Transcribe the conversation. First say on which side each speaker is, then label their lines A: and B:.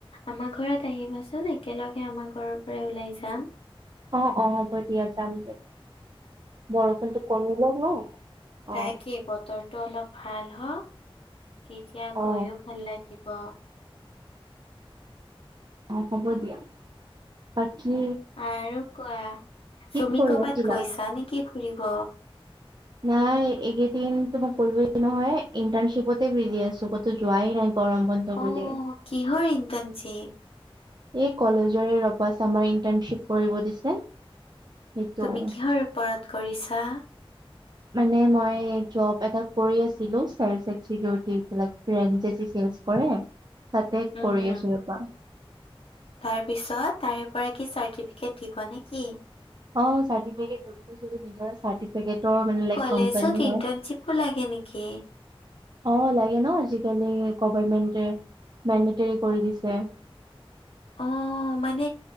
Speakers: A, on the left (about 75°); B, on the right (about 45°).
A: আমাৰ ঘৰত আহিবাচোন একেলগে আমাৰ ঘৰৰ পৰাই ওলাই যাম।
B: অ অ হ'ব দিয়া যাম যদি বৰষুণটো কমিলওক ন।
A: তাকেই
B: অ
A: বতৰটো অলপ ভাল হওঁক, তেতিয়া
B: অ
A: গৈয়ো ভাল লাগি সিব
B: অ হ'ব দিয়া। বাকী
A: আৰু কোৱা
B: কি
A: তুমি
B: কৰি
A: ক'ৰবাত
B: আছিলা
A: গৈছা নেকি ফুৰিব?
B: নাই এইকেইদিন তো মই কলোৱে নহয় ইণ্টাৰ্শিপতে বিজি আছোঁ কতো যোৱাই নাই গৰম বন্ধ বুলি
A: অ কিহৰ ইন্তানচিপ?
B: এই কলেজৰে ৰবাচ আমাৰ ইন্টাৰশ্বিপ কৰিব দিছে। সেইটো
A: তুমি কিহৰ ওপৰত কৰিছা?
B: মানে মই জব এটা কৰি আছিলো চাৰ একচ চিকৰটি এইবিলাক ৰেঞজ যি চেলচ কৰে তাতে
A: উম,
B: কৰি আছোঁ ৰ'বা।
A: তাৰ পিছত তাৰে পৰা কি চাৰ্টিফিকেট দিব নে নেকি?
B: অ চাৰটিফিকেট <unintelligible> নিজৰে চাৰ্তি পেকটৰ মানে লেক
A: কলেজত
B: কোম্পানী হয়।
A: ইণ্টাৰ্ণশ্বিপো লাগে নেকি?
B: অ লাগে ন আজিকালি গভাৰমেন্টে মেণ্টেৰী কৰি দিছে।
A: অ মানে